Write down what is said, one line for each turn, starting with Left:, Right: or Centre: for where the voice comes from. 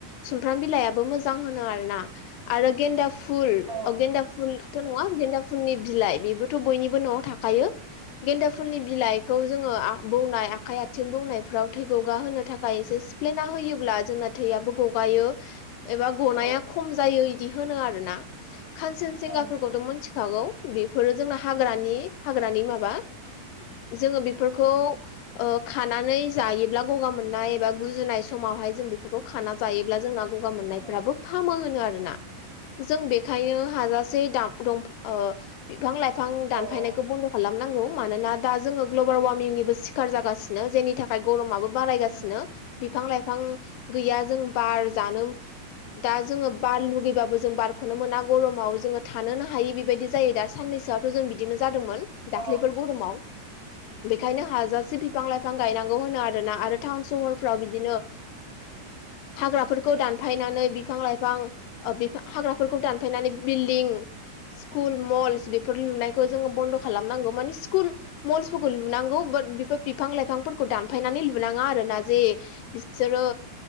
Left: सुमफ्राम बिलाइाबो मोजां होनो आर ना आरो गेन्दा फुल
Right: औ
Left: गेन्दा फुल थ' नङा गेन्दा फुलनि बिलाइ बेबोथ' बयनिबो न'आव थाखायो गेन्दा फुलनि बिलाइखौ जोङो बौनाय आखाइ आथिं बौनायफ्राव थै ग'गा होनो थाखाय। सिफ्लेना होयोब्ला जोंना थैआबो गगायो एबा गनाया
Right: औ
Left: खम जा बिदि होनो आरोना खानसे
Right: अ नंगौ
Left: मोनथिखागौ बेफोरो जोंना हाग्रानि हाग्रानि माबा? जोङो बेफोरखौ ओ खानानै जायोब्ला गगा मोननाय एबा गुजुनाय समावहाय जों खाना जायोब्ला जोंना गगा मोननायफ्राबो
Right: औ
Left: फामो होनो आरोना जों बे बेंखायनो हाजासे ओ बिफां लाइफां
Right: औ
Left: दानफायनायखौ
Right: औ
Left: बन्द खालामनांगौ मानोना दा जोङो ग्लबेल वार्मिंनिबो सिखार जागासिनो जेनि थाखाय। गरमाबो बारायगासिनो
Right: औ
Left: बिफां लाइफां गैया जों बार जानो दा जोङो बार लुगैबाबो जों बारखौनो मोना गरमाव जोङो। थानोनो हायि बेबायदि जायो दा साननैसोआथ' जों बिदिनो जादोंमोन
Right: औ
Left: दाख्लैफोर गरमाव। बेखायनो हाजासे बिफां लाइफां गायनांगौ होनो आरोना आरो। टाउन सहरफ्राव बिदिनो हाग्राफोरखौ दानफायनानै बिफां लाइफां। हाग्राफोरखौ दानफायनानै बिल्डिं स्कुल मलस बेफोर लुनाय। जोङो बन्द' खालामनांगौ मानि स्कुल मल्सफोरखौ लुनांगौ बाट बेफोर बिफां लाइफांफोरखौ दानफायनानै लुनाङा आरोना जे बिसोरो